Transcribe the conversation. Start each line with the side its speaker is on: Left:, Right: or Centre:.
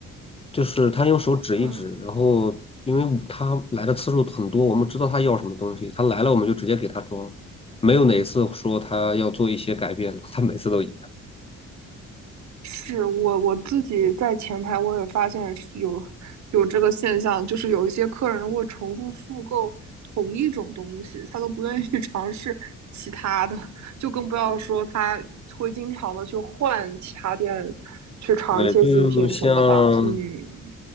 Left: 就是他用手指一指。
Right: 嗯。
Left: 然后，因为他来的次数很多，我们知道他要什么东西，他来了我们就直接给他装，没有哪一次说他要做一些改变的，他每次都一样。
Right: 是我我自己在前台，我也发现是有有这个现象，就是有一些客人会重复复购同一种东西，他都不愿意 <laughs> 去尝试其他的，就更不要说他会经常的去换其他店去尝一些新品什么的吧。
Left: 对，就像
Right: 嗯